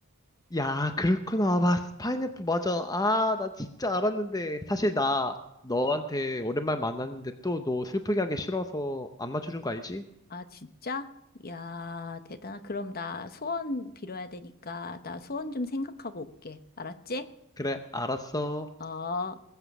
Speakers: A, on the left; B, on the left.
A: 야, 그렇구나. 아, 마, 파인애플 맞아. 아, 나 진짜 알았는데. 사실 나 너한테 오랜만에 만났는데 또 너 슬프게 하기 싫어서 안 맞춰준 거 알지?
B: 아, 진짜? 야, 대단하. 그럼 나 소원 빌어야 되니까, 나 소원 좀 생각하고 올게. 알았지?
A: 그래, 알았어.
B: 어.